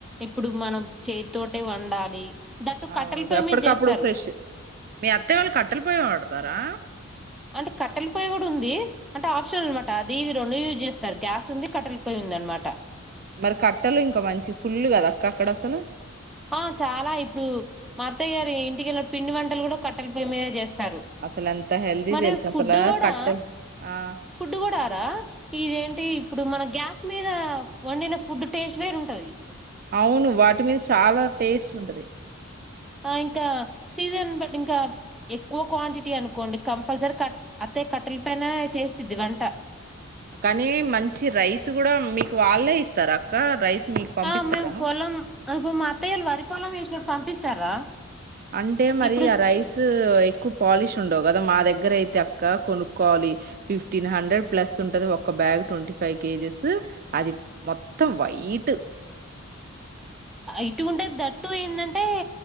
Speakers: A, in the centre; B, on the right (about 45°).
A: ఇప్పుడు మనం చేతితోటే వండాలి దట్టు
B: అవు
A: కట్టెల పొయ్యి
B: ఎప్పటికప్పుడు
A: మీద చేస్తారు
B: ఫ్రెష్ మీ అత్తయ్య వాళ్ళు కట్టెల పోయ వాడతారా
A: అంటే కట్టెల పొయి కూడా ఉంది అంటే ఆప్షన్ అనమాట అది ఇది రెండు యూజ్ చేస్తారు గ్యాస్ ఉంది కట్టెల పోయి ఉంది అనమాట
B: మరి కట్టలు ఇంకా మంచి ఫుల్ కదా అక్క అక్కడ అసలు
A: ఆ చాలా ఇప్పుడు మా అత్తయ్య గారు ఇంటికెళ్ళిన పిండి వంటలు కూడా కట్టల పొయ్య మీదే చేస్ స్తారు
B: అసలు ఎంత హెల్తీ
A: మరి
B: తెలుసా
A: ఫుడ్
B: అసలు
A: కూడా
B: కట్టెలు ఆ
A: ఫుడ్ కూడారా ఇదేం అంటే ఇప్పుడు మన గ్యాస్ మీద వండిన ఫుడ్ టేస్ట్ వేరుంటది
B: అవును వాటి మీదా చాలా టేస్ట్ ఉంటది
A: ఆ ఇంకా సీజన్ బ ఇంకా ఎక్కువ క్వాంటిటీ అనుకోండి కంపల్సరీ కట్ అత్తే కట్టెల పైన చేస్తుద్ది వంట
B: కానీ మంచి రైస్ కూడా మీకు వాళ్ళే ఇస్తారు అక్క రైస్ మీకు పంపిస్తారా
A: ఆ మేము పోలం అ మా అత్తయ్యలు వరిపొలెం వేసినప్పుడు పంపిస్తారా
B: అంటే మరి
A: ఇప్పుడు
B: ఆ రైస్ ఎక్కువ పాలిష్ ఉండవు కదా మా దగ్గర దగ్గర అయితే అక్క కొనుక్కోవాలి ఫిఫ్టీన్ హండ్రెడ్ ప్లస్ ఉంటది ఒక బ్యాగ్ ట్వంటీ ఫైవ్ కేజెస్ అది మొత్తం వైట్
A: ఇటు ఉంటది థాట్ టు ఏంటంటే